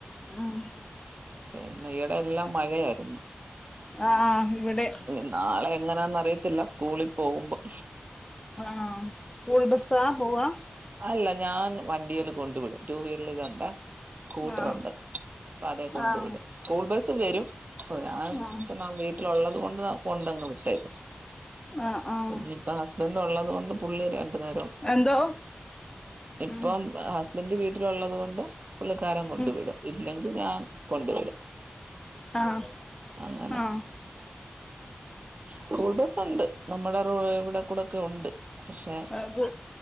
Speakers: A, on the left (about 15°); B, on the right (about 45°).
A: ആഹ്
B: പിന്നെ ഇടെ എല്ലാം മഴയായിരുന്നു
A: ആഹ് ആഹ് ഇവിടെ
B: ഇനി നാളെ എങ്ങനാന്നറിയത്തില്ല സ്കൂളിൽ പോകുമ്പോം
A: ആഹ് സ്കൂൾ ബസ്സാ പോവാ.
B: അല്ല ഞാൻ വണ്ടിൽ കൊണ്ടു വിടും റ്റുവീല് ണ്ട് സ്കൂട്ടർല്
A: ആഹ്
B: കൊണ്ട് വിടും. അതെ കൊണ്ടു
A: ആഹ്
B: വിടും സ്കൂൾ ബസ് വരും ഞാൻ
A: ആഹ്
B: ഇപ്പ ന വീ ഉളത് കൊണ്ട് കൊണ്ടന്ന്‌ വിട്ടേകും
A: ആഹ് ആഹ്
B: പിന്നപ്പ. ഇതണ്ട ഉള്ളത് കൊണ്ട് പുളര് രണ്ടു നേരം.
A: എന്തോ.
B: ഇപ്പം
A: ഉം
B: ഹസ്ബൻഡ വീട്ടിലള്ളത് കൊണ്ട്. പുള്ളിക്കാരൻ കൊണ്ടു
A: ഉം
B: വിടും ഇല്ലെങ്കിൽ ഞാൻ കൊണ്ടു വിടും.
A: ആഹ്
B: അങ്ങനെ
A: ആഹ്
B: സ്കൂൾ ബസുണ്ട് നമ്മുടെ <unintelligible> ഇവിടെ. കൂടൊക്കെ ഉണ്ട് പക്ഷെ
A: അത്